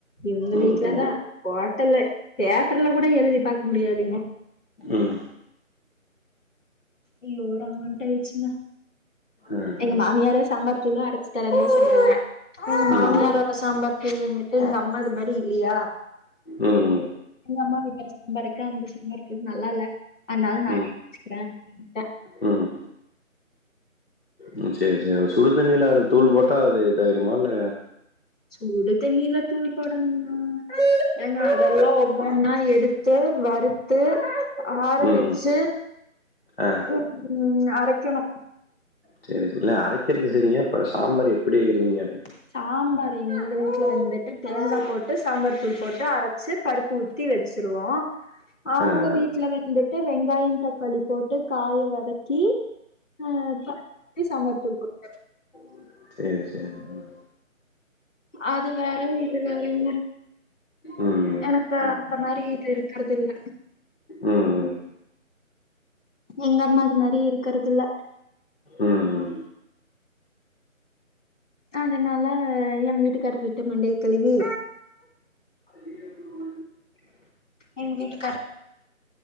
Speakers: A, on the left; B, on the left.
A: இவுங்க
B: ம்
A: வீட்லதா
B: ம்
A: ஹோட்டலு பேப்பர்ல கூட எழுதி பாக்க முடியாதுங்க
B: ம்
A: ஐயோ ராமாண்டு ஆயிடுச்சுங்க
B: ம்
A: எங்க மாமியாரே சாம்பார் தூளு அரச்சி தரேன்னு சொன்னாங்க எங்க
B: ம்
A: மாமியாரோட சாம்பார் தூள் வந்துட்டு எங்க அம்மாது மாரி இல்லியா
B: ம் ம்
A: எங்க அம்மா வெக்கிற சாம்பாருக்கு அந்த சாம்பாருக்கு நல்லால்ல அதனால நானே
B: ம்
A: வெச்சுக்கிறே அப்டின்டே
B: ம் ம் ம் சேரி சேரி சுடுதண்ணியில அது தூள் போட்டா அது இதாயிருமா இல்ல
A: சூடு தண்ணில தூள் போடணுமா ஏங்க அதெல்லா ஒவ்வொன்னா எடுத்து வறுத் த்து ஆற
B: ம்
A: வெச்சி
B: ம் ஆ
A: உ அரைக்கணு
B: சேரி சேரி இல்ல அரைக்கிறது சேரிங்க இப்போ சாம்பார் எப்டி வெக்கிறதுன்னு கேட்டே
A: சாம்பார் எங்க உட்ல வந்துட்டு தேங்கா போட்டு சாம்பார் தூள் போட்டு அரச்சி பருப்பு ஊத் தி வெச்சிருவோ அவுங்க
B: ஆ ஆ
A: வீட்ல வந்துட்டு வெங்காயோ தக்காளி போட்டு காய வதக்கி ஆ பருப்ப ஊத்தி சாம்பார் தூள் போட்ட
B: உ சேரி சேரி ம்
A: அது வேற இது வேறங்க
B: ம் ம்
A: எனக்கு அந்த மாரி இது இருக்கறதில்ல
B: ம் ம்
A: எங்க அம்மாது மாரி இருக்கறதில்ல
B: ம் ம்
A: அதனால எயா வீட்டுக்காரர்கிட்ட மண்டய கழுவி
B: அ
A: எங்க வீட்டுக்கார்